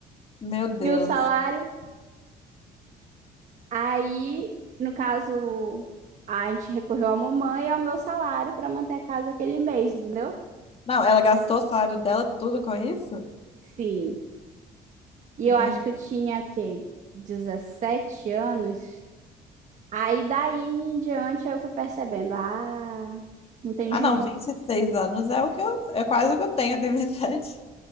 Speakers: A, on the left (about 35°); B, on the right (about 45°).
A: Meu Deus.
B: E o salário, aí, no caso, a gente recorreu à mamãe e ao meu salário para manter a casa aquele mês, entendeu?
A: Não, ela gastou o salário dela tudo com isso?
B: Sim. E
A: Meu...
B: eu acho que eu tinha, o quê? dezessete anos. Aí daí em diante eu fui percebendo, ah, não tem
A: Ah,
B: juiz.
A: não, Vinte e seis anos é o que eu, é quase o que eu tenho, eu tenho 27.